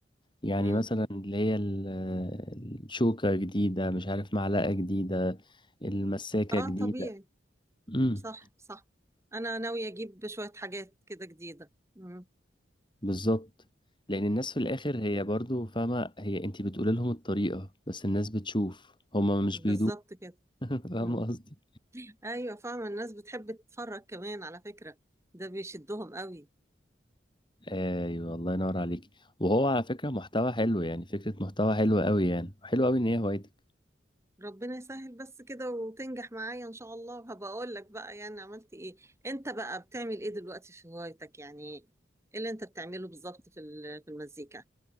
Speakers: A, on the left; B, on the right.
A: يعني
B: امم
A: مثلا اللي هي ال- آه، الشوكة جديدة مش عارف معلقة جديدة المساكة
B: اه
A: جديدة
B: طبيعي
A: امم
B: صح صح انا ناويه اجيب شويه حاجات كده جديده امم
A: بالظبط لان الناس في الاخر هي برضو فاهمه هي انت بتقول لهم الطريقه بس الناس بتشوف هما مش
B: وبالظبط
A: بيدوق
B: كده
A: <laughs> فاهمه
B: امم
A: قصدي
B: ايوه فاهمه الناس بتحب تتفرج كمان على فكره ده بيشدهم قوي
A: ايوه الله ينور عليك وهو على فكره محتوى حلو يعني فكره محتوى حلوه قوي يعني حلو قوي ان هي هوايتك
B: ربنا يسهل بس كده وتنجح معايا ان شاء الله وهبقى اقول لك بقى يعني عملت ايه انت بقى بتعمل ايه دلوقتي في هوايتك يعني ايه اللي انت بتعمله بالظبط في ال- في المزيكا